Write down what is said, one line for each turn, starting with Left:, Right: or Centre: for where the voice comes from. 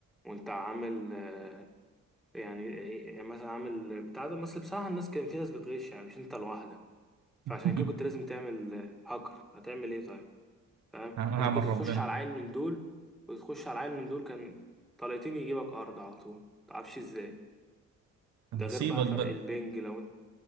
Centre: وانت عامل آه، يعني يعني مثلا عامل بتاع ده بس بصراحة الناس كان في ناس بتغش يعني مش انت لوحدك
Right: <laughs>
Centre: فعشان كده كنت لازم تعمل آه، هاكر هتعمل ايه طيب فاهم
Right: هعمل
Centre: انت كنت تخش
Right: ربنا
Centre: على عيل من دول وتخش على عيل من دول كان طليتين يجيبك ارض على طول متعرفش ازاي
Right: نصيبك
Centre: ده غير بقى فرق
Right: بقى
Centre: البنج لو انت